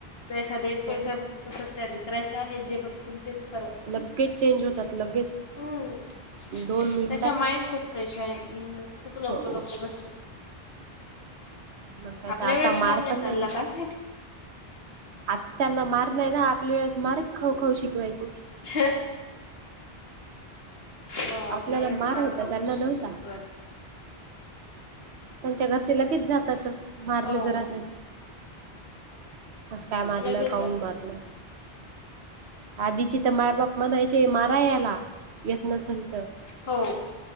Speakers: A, on the left (about 70°); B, on the right (about 85°).
A: जैसा देशपैसा
B: हो
A: तसं त्या विकरायचं आहे जे बघतील तेच खरत
B: लगेच चेंज होतात लगेच
A: हम् त्याचा
B: दोन मिनिटात
A: माइंड खूप फ्रेश आहे की खूप लोक
B: हो
A: लोक बसतात
B: मग काय
A: आपल्या
B: तर आता
A: वेळेस
B: मार
A: काऊन
B: पण
A: चालला
B: नाही
A: काय माहिती
B: आता त्यांना मार नाही ना आपल्या वेळेस मारच खाऊ खाऊ शिकवायचे
A: श हो आपल्या
B: आपल्याला
A: वेळेस
B: मार
A: मार्ग
B: होता
A: अवक
B: त्यांना
A: शिकल
B: नव्हता
A: ब
B: त्यांच्या घरचे लगेच जातात मारलं
A: हो
B: जरा असं कस काय मारलं
A: लगेच
B: काऊन
A: जातात
B: मारलं आधीची तर माय बाप म्हणायचे मारा याला येत नसेल तर
A: हो